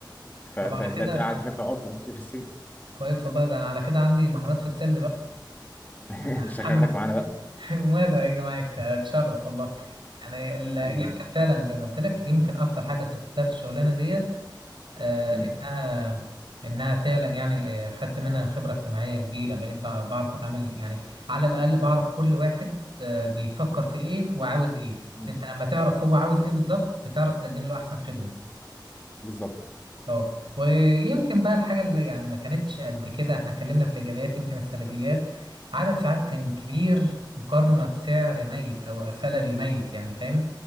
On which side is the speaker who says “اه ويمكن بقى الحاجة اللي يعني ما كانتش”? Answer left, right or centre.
Right